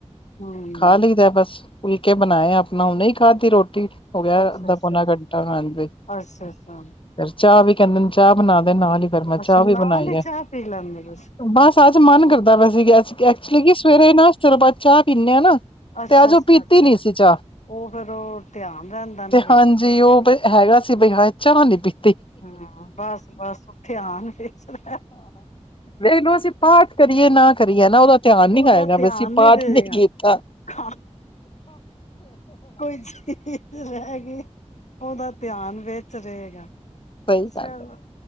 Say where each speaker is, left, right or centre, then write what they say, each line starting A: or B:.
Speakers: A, on the left; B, on the left.
A: ਹੂੰ,
B: ਖਾ ਲਈਦਾ ਬਸ ਫੁਲਕੇ ਬਣਾਇਆ ਆਪਣਾ ਹੁਨੇ ਹੀ ਖਾਧੀ ਰੋਟੀ ਹੋਗਿਆ
A: ਅੱਛਾ-ਅੱਛਾ,
B: ਅੱਧਾ ਪੌਨਾ ਘੰਟਾ ਹਾਂਜੀ,
A: ਅੱਛਾ-ਅੱਛਾ,
B: ਫਿਰ ਚਾਹ ਵੀ ਕਹਿੰਦੇ ਨੇ ਚਾਹ ਬਣਾ ਦੇ ਨਾਲ ਹੀ ਫਿਰ ਮੈਂ
A: ਅੱਛਾ
B: ਚਾਹ ਵੀ
A: ਨਾਲ
B: ਬਣਾਈ
A: ਹੀ
B: ਹੈ
A: ਚਾਹ ਪੀ ਲੈਂਦੇ ਤੁਸੀ
B: ਬਸ ਅੱਜ ਮਨ ਕਰਦਾ ਪਿਆ ਸੀ ਕਿ ਐਕਚੁਲੀ ਕਿ ਸਵੇਰੇ ਸਿਰਫ ਚਾਹ ਪਿਨੇ ਆ ਨਾ
A: ਅੱਛਾ
B: ਤੇ ਅੱਜ
A: ਅੱਛਾ
B: ਉਹ ਪੀਤੀ
A: ਅੱਛਾ,
B: ਨੀ ਸੀ ਚਾਹ
A: ਉਹ ਫੇਰ ਉਹ ਧਿਆਨ ਰਹਿੰਦਾ ਨਾ
B: ਤੇ
A: ਵਿੱਚ
B: ਹਾਂਜੀ
A: ਹੀ
B: ਉਹ ਹੈਗਾ ਸੀ ਬਈ ਹਾਏ ਚਾ ਨੀ ਪੀਤੀ
A: ਹਮ ਬਸ-ਬਸ ਉ ਧਿਆਨ ਵਿੱਚ ਰੇਂਦਾ
B: ਇਹਨੂੰ ਅਸੀਂ ਪਾਠ ਕਰੀਏ ਨਾ ਕਰੀਏ ਨਾ ਉਹਦਾ ਧਿਆਨ
A: ਉਹਦਾ
B: ਨੀ ਆਏਗਾ
A: ਧਿਆਨ
B: ਵੀ ਅਸੀਂ ਪਾਠ
A: ਨੀ ਰਹੇਗਾ।
B: ਨਹੀਂ ਕੀਤਾ
A: ਖਾ ਕੋਈ ਚੀਜ਼ ਰਹਿ ਗਈ ਉਹਦਾ ਧਿਆਨ ਵਿੱਚ ਰਹੇਗਾ
B: ਸਹੀ
A: ਚੱਲੋ
B: ਗੱਲ ਹੈ